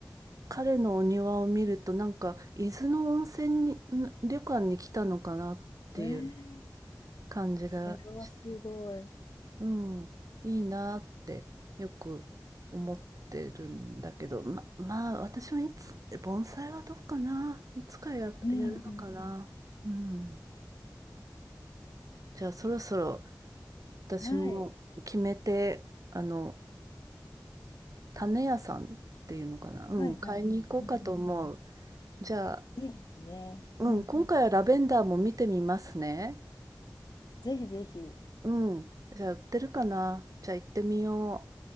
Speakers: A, on the right (about 50°); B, on the left (about 60°).
A: 彼のお庭を見ると、なんか、伊豆の温泉に、ん旅館に来たのかなっていう
B: えー、
A: 感じがして。
B: それはすごい。
A: うん、いいなってよく思ってるんだけど、ま、まあ私はいつ、盆栽はどうかな、いつかや、
B: うんうん
A: やるのかな。うん。じゃあそろそろ私も決めて、
B: はい。
A: あの、種屋さんっていうのかな、うん、
B: はいはい。
A: 買いに行こうかと思う。
B: うんうん。
A: じゃあ、
B: いいですね。
A: うん、
B: うん。
A: 今回はラベンダーも見てみますね。
B: ぜひぜひ。
A: うん、じゃあ売ってるかな、じゃあ行ってみよう。